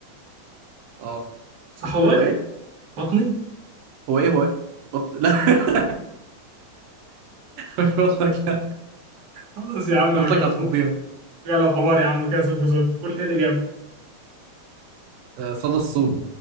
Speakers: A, on the right; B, on the right.
A: اه
B: صح والله
A: هو ايه
B: بطني
A: هو ايه هو إيه؟ بط... لا <laughs> مش بطلك لا
B: خلاص يا عم
A: بطلك
B: عجبك
A: هتفضيها
B: لو حمار يا عم كده صفر صفر قول إيه الإجابة
A: آه، صدى الصوت